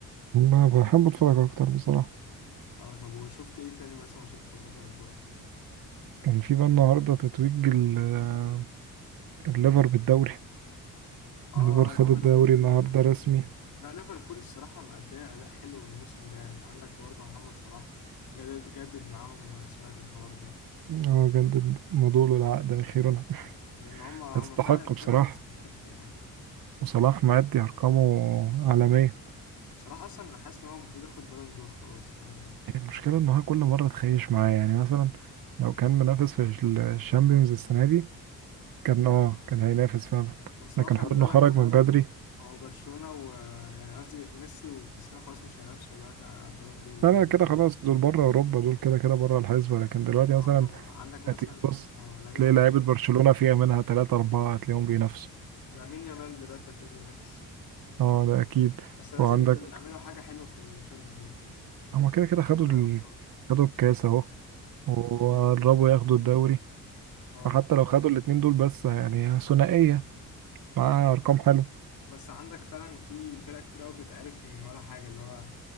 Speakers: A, on the right; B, on the left.
A: ما بحب أتفرج أكتر بصراحة
B: اه طب وشفت ايه تاني مثلا ماتشات الفتره فيها الجول
A: كان في بقى النهاردة تتويج ال- آه، الليفر بالدوري
B: اه
A: الليفر خد
B: ليفربول
A: الدوري النهارده
B: آه
A: رسمي
B: لا ليفربول الصراحه مأدية اداء حلو الموسم ده يعني عندك برضه محمد صلاح جدد جدد معاهم انا سمعت الحوار ده
A: هو جدد مدوله العقد أخيرا
B: لان هم
A: <laughs>
B: هم
A: يستحق
B: فعلا
A: بصراحة
B: فرقه تستحق يعني
A: وصلاح مأدي أرقامه عالمية
B: بصراحه اصلا انا حاسس ان هو المفروض ياخد بالون دور خلاص فاهمني
A: المشكلة إن هو كل مرة تخيش معاه يعني مثلا لو كان منافس في الشامبيونز السنة دي كان اه كان هينافس فعلا
B: بس
A: لكن
B: هو خلي
A: حوار
B: بالك
A: إنه خرج
B: هو
A: من بدري
B: هو برشلونه و يعني قصدي ميسي وكريستيانو خلاص مش هينافسوا دلوقتي على بالون دور بقى
A: لا لا
B: زي زمان.
A: كده خلاص دول بره أوروبا دول كده كده بره الحسبة لكن دلوقتي
B: اه
A: مثلا
B: هو عندك مثلا
A: هتيجي تبص
B: اه لامين
A: تلاقي لعيبة
B: يعني
A: برشلونة فيها منها تلاتة أربعة هتلاقيهم بينافسوا
B: لامين يامال دلوقتي هتلاقيه بينافس
A: اه ده أكيد
B: بس لازم
A: وعندك
B: يجي يعملوا حاجه حلوه في الشامبيونز ليج
A: هما كده كده خدوا
B: دوري
A: ال...
B: ابطال
A: خدوا الكاس اهو وقربوا ياخدوا الدوري
B: اه
A: فحتى لو خدوا الاتنين دول بس يعني ثنائية معاها أرقام حلوة
B: بس عندك فعلا في فرق كتير قوي بتتعرف من ولا حاجه اللي هو